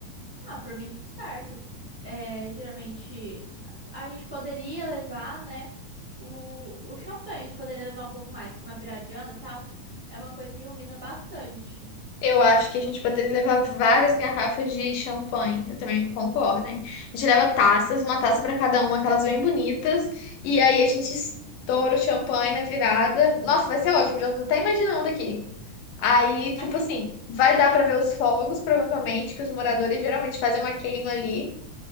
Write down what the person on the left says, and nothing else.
Eu acho que a gente poderia levar várias garrafas de champanhe. Eu também concordo, hein? A gente leva taças, uma taça pra cada um, aquelas bem bonitas, e aí a gente estoura o champanhe na virada. Nossa, vai ser ótimo, já tô até imaginando aqui. Aí, tipo
assim, vai dar pra ver os fogos, provavelmente, que os moradores geralmente fazem uma queima ali.